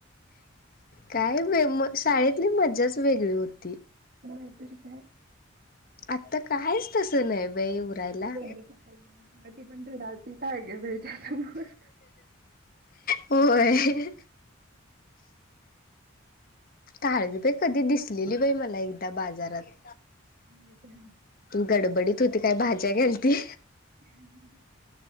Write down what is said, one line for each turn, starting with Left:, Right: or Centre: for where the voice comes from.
Left: काय म शाळेतली मज्जाच वेगळी होती
Right: का
Left: आता कायच तसं नाही बाई उरायला
Right: बंद वी पण ते राहती काय गे बा त्या समोर
Left: होय काळगी प कधी दिसलेली बाई मला एकदा बाजारात
Right: ह का
Left: गडबडीत होती काय भाज्या घालती
Right: हम्म